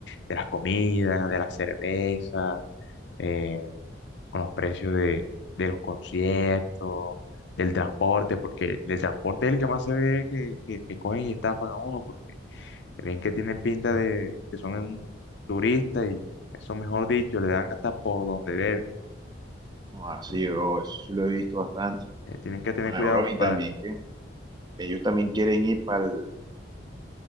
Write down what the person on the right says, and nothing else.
No, así,
bro, eso sí lo he visto bastante.
Bueno,
bro,
y también que ellos también quieren ir para